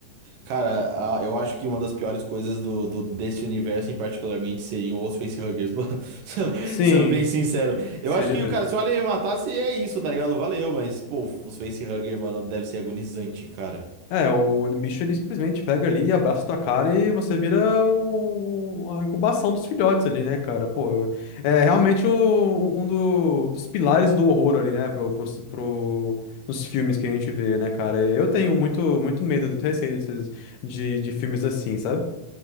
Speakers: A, on the right; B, on the left.
A: Cara, a- eu acho que uma das piores coisas do, do- desse universo em particularmente seriam os facehuggers, mano. <laughs> Sendo
B: Sim,
A: sendo bem sincero.
B: seria
A: Eu acho que,
B: mesmo.
A: cara, se o Alien me matasse, é isso, tá ligado? Valeu, mas, pô, os facehuggers, mano, deve ser agonizante, cara.
B: É, o bicho ele simplesmente pega ali, abraça tua cara e você vira o- a incubação dos filhotes ali, né, cara? Pô, eu- é realmente o- um, do- dos pilares do horror ali, né? Pro, pro, pro- nos filmes que a gente vê, né, cara? Eu tenho muito, muito medo, eu tenho receio desses- de, de filmes assim, sabe?